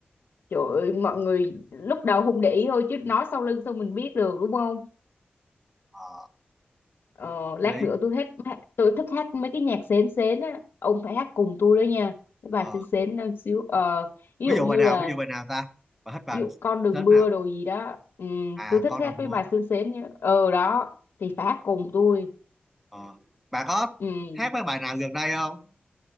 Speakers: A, on the left; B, in the centre.
A: trời ơi mọi người lúc đầu không để ý thôi chứ nói sau lưng sao mình biết được đúng không
B: ờ
A: Ờ,
B: hợp
A: lát
B: lý
A: nữa tôi hết tôi thích hát mấy cái nhạc sến sến á ông phải hát cùng tôi đó nha cái bài
B: ờ
A: sến sến nó xíu ờ, ví dụ
B: ví dụ
A: như
B: bài nào
A: là
B: ví dụ bài nào ta bà thích bài
A: ví dụ con đừng
B: thích
A: mưa
B: nào
A: đồ gì đó ừ,
B: à
A: tôi thích
B: con
A: hát
B: được
A: mấy
B: vua
A: bài sến sến nhá. ờ đó thì phải hát cùng tôi
B: ờ. bà có
A: ừ.
B: hát mấy bài nào gần đây không